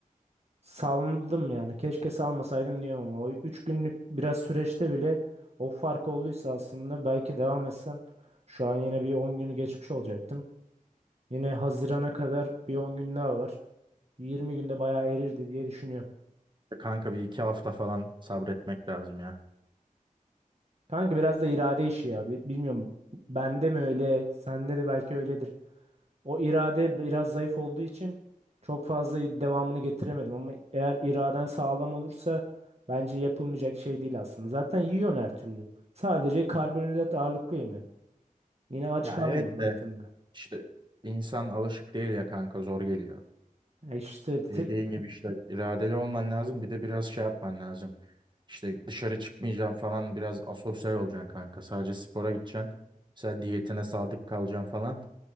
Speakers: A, on the right (about 50°); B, on the right (about 35°).
A: saldım yani. Keşke salmasaydım diyorum ama o 3 günlük biraz süreçte bile o fark olduysa aslında belki devam etsem şu an yine bir 10 günü geçmiş olacaktım. Yine Haziran'a kadar bir 10 gün daha var. 20 günde bayağı erirdi diye düşünüyorum.
B: E, Kanka bir iki hafta falan sabretmek lazım ya.
A: Kanka biraz da irade işi ya. Bi- Bilmiyorum. Bende mi öyle, sende de belki öyledir. O irade biraz zayıf olduğu için çok fazla devamını getiremedim ama eğer iraden sağlam olursa bence yapılmayacak şey değil aslında. Zaten yiyorsun her türlü. Sadece karbonhidrat ağırlıklı yemiyorsun. Yine aç
B: Ya
A: kalmıyorsun
B: evet
A: baktığında.
B: de işte insan alışık değil ya kanka zor geliyor.
A: Ya işte te-
B: Dediğin gibi işte iradeli olman lazım. Bir de biraz şey yapman lazım. İşte dışarı çıkmayacağım falan biraz asosyal olacaksın kanka. Sadece spora gideceksin. Mesela diyetine sadık kalacaksın falan.